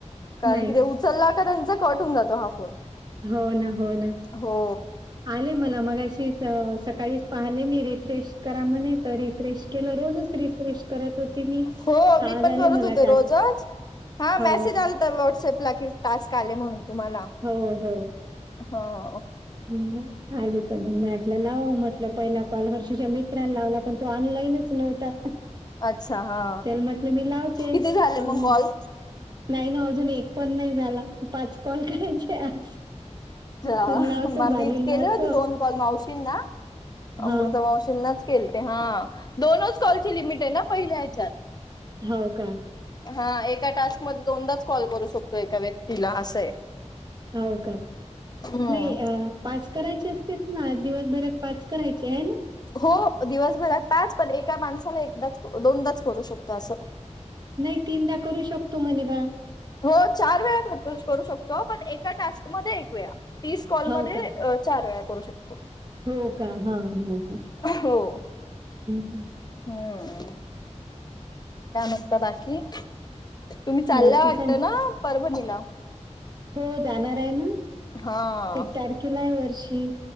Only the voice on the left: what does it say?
कारण
कि ते उचलला का त्यांचा कट होऊन जातो हा फोन
हो
हो
मी
पण
करत
होते
रोजच हा
मेसेज आलता व्हॉट्सअपला कि टास्क आले म्हणून तुम्हाला.
हो.
अच्छा हा
किती झाले
मग कॉल
हा
मीच केल
ते दोन कॉल मावशींना अमृता
मावशीनाच केलते. हा दोनच कॉल ची लिमिट आहे ना पहिल्या हेच्यात
हा एका टास्कमध्ये दोनदाच कॉल करू शकतोय. एका व्यक्तीला असं. आहे
हम्म
हो. दिवसभरात पाच, पण एका माणसाला एकदाच- दोनदाच करू शकतो असं.
हो, चार वेळा करतो-करू शकतो. पण एका टास्कमध्ये एक वेळा तीस कॉलमध्ये
चार वेळा करू शकतो.
हो
हम्म काय म्हणता बाकी, तुम्ही चालल्या
वाटत
ना परभणीला.
हा